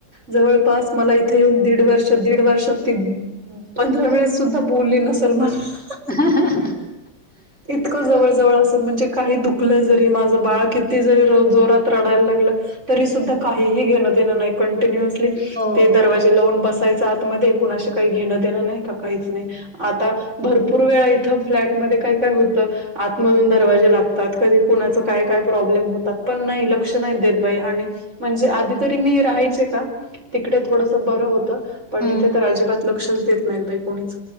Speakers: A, on the right; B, in the centre.
A: जवळपास मला इथे येऊन दीड वर्ष दीड वर्षात ती पंधरा वेळेस सुद्धा बोली नसेल मला.
B: हा हा हा
A: इतकं जवळ जवळ असून म्हणजे काही दुखलं जरी माझं बाळ किती जरी जोरात रडायला लागलं तरी सुद्धा काहीही घेणं दे नाही कंटिन्युअस
B: हो.
A: ते दरवाजे लावून बसायच आतमध्ये कुणाशी काही घेणं देणं नाही का काहीच नाही. आता भरपूर वेळा इथं फ्लॅटमध्ये काय काय होतं. आतमधून दरवाजे लागतात कधी कुणाचं काय काय प्रॉब्लेम होतात, पण नाही लक्ष नाही देत बाई आणि म्हणजे आधी तरी मी राहायचे का, तिकडे थोडस बरं होतं. पण
B: हं.
A: इथे तर अजिबात लक्षच देत नाहीत बाई कोणीच.